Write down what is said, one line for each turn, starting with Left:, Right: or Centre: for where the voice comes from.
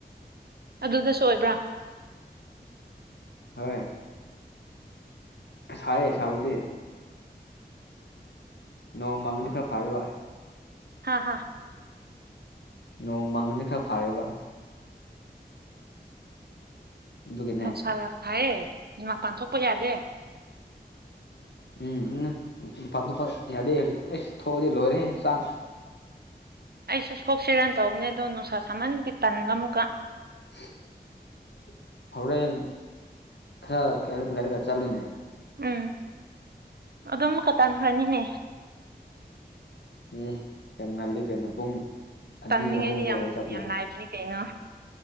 Right: ꯑꯗꯨꯗꯁꯨ ꯑꯣꯏꯕ꯭ꯔꯥ
Left: ꯍꯣꯏ ꯁꯥꯏꯌꯦ ꯁꯥꯕꯨꯗꯤ ꯅꯣꯡ ꯃꯥꯡꯉꯗꯤ ꯈꯔ ꯐꯔꯦꯕ
Right: ꯍꯥꯥ ꯍꯥ
Left: ꯅꯣꯡ ꯃꯥꯡꯉꯗꯤ ꯈꯔ ꯐꯥꯔꯦꯕ ꯑꯗꯨꯒꯤꯅꯦ
Right: ꯅꯨꯡꯁꯥ ꯌꯥꯝ ꯐꯥꯏꯌꯦ ꯃꯤ ꯃꯄꯥꯟ ꯊꯣꯛꯄ ꯌꯥꯗꯦ
Left: ꯎꯝ ꯎꯝ ꯄꯥꯡꯊꯣꯛꯄ ꯌꯥꯗꯦ ꯍꯧꯖꯤꯛ ꯑꯩꯁ ꯊꯣꯛꯑꯗꯤ ꯂꯣꯏꯔꯦ ꯍꯛꯆꯥꯡ
Right: ꯑꯩꯁꯨ ꯊꯣꯛꯁꯤꯔꯥꯅ ꯇꯧꯕꯅꯦ ꯑꯗꯣ ꯅꯨꯡꯁꯥ ꯁꯥꯃꯟꯒꯤ ꯇꯟꯕ ꯑꯃꯨꯛꯀꯥ
Left: <unintelligible> ꯍꯣꯔꯦꯟ ꯈꯔ ꯀ ꯂꯩꯔꯒ ꯆꯠꯂꯨꯅꯦ
Right: ꯎꯝ ꯑꯗꯨ ꯑꯃꯨꯛꯀꯥ ꯇꯥꯟꯈ꯭ꯔꯅꯤꯅꯦ
Left: ꯑꯦ ꯌꯥꯝ ꯉꯜꯂꯤ ꯀꯩꯅꯣ ꯄꯨꯡ ꯑꯅꯤ
Right: ꯇꯝꯅꯤꯡꯉꯥꯏꯗꯤ
Left: ꯑꯍꯨꯝ ꯑꯗꯨꯋꯥꯏꯗ
Right: ꯌꯥꯝ
Left: ꯆꯠꯄ
Right: ꯌꯥꯝ ꯂꯥꯏꯕꯅꯦ ꯀꯩꯅꯣ